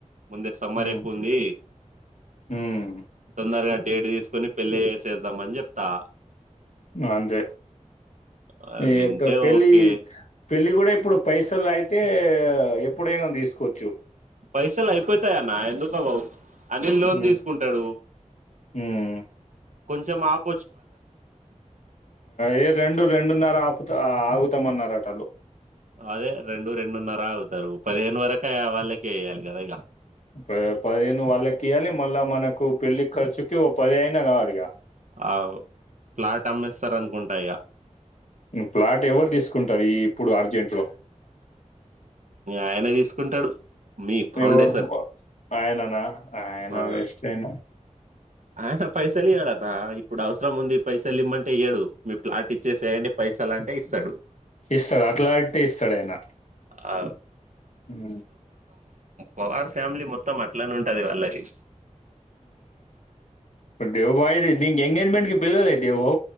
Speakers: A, on the right; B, on the left.
A: ముందే సమ్మర్
B: హ్మ్
A: ఎక్కువ ఉంది
B: హ్మ్
A: తొందరగా డేట్ దీసుకొని పెళ్లే చేసేద్దాం అని జెప్తా
B: అంతే
A: ఆ,
B: ఇగ
A: వింటే
B: పె పెళ్ళి
A: ఓకే
B: పెళ్ళి గూడా ఇప్పుడు పైసలు అయితే ఎప్పుడైనా దీసుకోవచ్చు
A: పైసల్ అయిపోతయన్న ఎందుకవవు అని లోన్
B: హ్మ్
A: దీస్కుంటడు
B: హ్మ్
A: కొంచెం ఆప్
B: ఏ రెండు రెండున్నర ఆపుతా ఆగుతమన్నారటళ్లు
A: అదే రెండు రెండున్నర ఆగుతరు పదిహేను వరకయ వాళ్ళకె ఇయాలి గదా ఇగ
B: ప పదిహేను వాళ్ళకి ఇయ్యాలి మళ్ళా మనకు పెళ్లి ఖర్చుకి ఒ పదయినా కావాలిగ
A: ఆ ఫ్లాట్ అమ్మేస్తరు అనుకుంటా ఇగ
B: ప్లాట్ ఎవరు తీసుకుంటారు ఈ ఇప్పుడు అర్జెంట్ లో
A: ఆయనే తీసుకుంటడు మీ ఫౌండేషన్
B: ఎవడు ఆయననా ఆయన
A: ఆ
B: వేస్ట్ అయన
A: ఆయన పైసలు ఇయడన ఇప్పుడు అవసరం ఉంది పైసలు ఇమ్మంటే యియ్యడు మీ ప్లాట్ ఇచ్చేసేయండి పైస లన్టే ఇస్తడు
B: ఇస్తడు అట్లాంటి ఇస్తాడైనా
A: ఆ
B: ఊ
A: పగార్ ఫ్యామిలీ మొత్తం అట్లనే ఉంటుది వాళ్ళది
B: దేవు భాయిది న ఎంగేజ్ మెంట్ కి పిలువలే దేవ భా